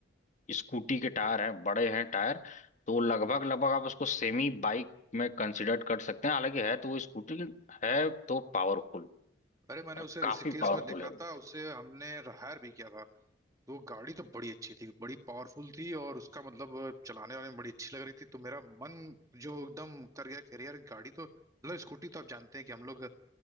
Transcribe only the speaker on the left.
स्कूटी के टायर हैं बड़े हैं टायर तो लगभग लगभग आप उसको सेमी बाइक में कंसिडर कर सकते हैं हालांकि है तो वो स्कूटी है तो पावरफुल
और
काफी
पावरफुल
है वो